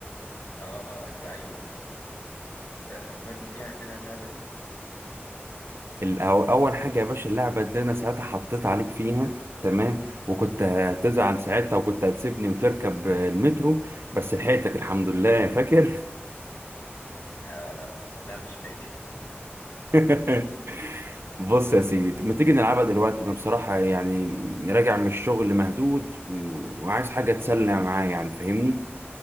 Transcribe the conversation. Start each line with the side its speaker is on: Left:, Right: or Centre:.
Left: اه أك- ايوه بس فكرني بيها كده اللعبة دي
Right: الأو- اول حاجه يا باشا اللعبه اللي انا ساعتها حطيت عليك فيها تمام وكنت هتزعل
Left: مهم.
Right: ساعتها وكنت هتسيبني وتركب المترو بس لحقتك الحمد لله فاكر
Left: آه لا مش فاكر
Right: <laughs> بص يا سيدي ما تيجي نلعبها دلوقتي
Left: ماشي
Right: انا بصراحه يعني راجع من الشغل مهدود و- وعايز حاجه تسلى معايا يعني فاهمني